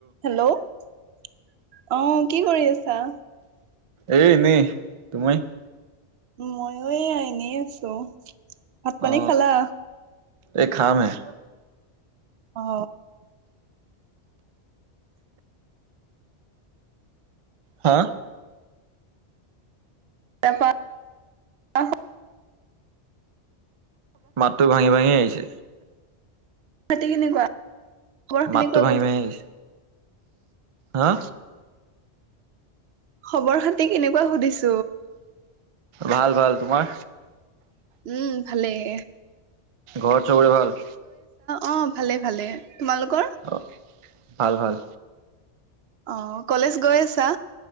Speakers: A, on the right; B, on the right.
A: হেল্ল' অ কি কৰি আছা?
B: এ এনে তুমি।
A: মইয়ো এ এনেই আছো। ভাত পানী
B: অ
A: খালা?
B: এই খাম হে।
A: অ।
B: হা।
A: তাপা আ
B: মাতটো ভাঙি ভাঙি আহিছে।
A: বাকী কেনেকুৱা। খবৰ কেনেকুৱা
B: মাত টো ভাগি
A: গৈছে
B: ভাগি আহিছে। হা
A: খবৰ খাতি কেনেকুৱা সুধিছো?
B: ভাল ভাল তোমাৰ।
A: উম ভালেই।
B: ঘৰত চবৰে ভাল।
A: অ ভালে ভালে তোমালোকৰ।
B: অ ভাল ভাল।
A: অ কলেজ গৈ আছা।